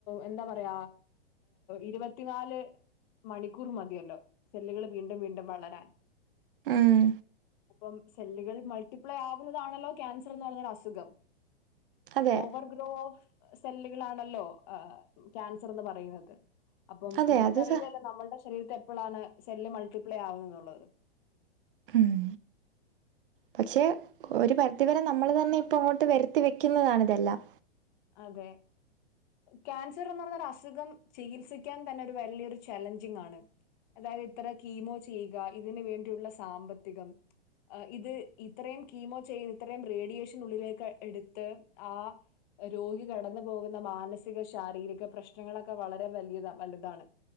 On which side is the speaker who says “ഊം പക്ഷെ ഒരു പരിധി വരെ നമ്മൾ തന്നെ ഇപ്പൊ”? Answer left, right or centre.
Right